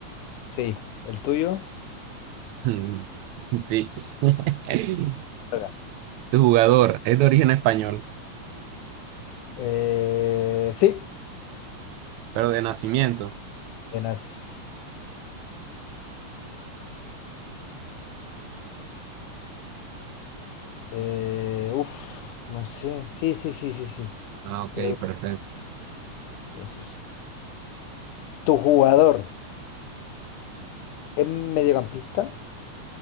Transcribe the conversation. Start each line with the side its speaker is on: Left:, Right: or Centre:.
Left: Sí. ¿El tuyo?
Right: Mm, <laughs> Sí. <laughs>
Left: Acá.
Right: Tu jugador es de origen español,
Left: Eh, sí.
Right: pero de nacimiento.
Left: En as- eh, uf, no sé. Sí, sí, sí, sí, sí.
Right: Ah, ok,
Left: Creo
Right: perfecto.
Left: que es eso. ¿Tu jugador es mediocampista?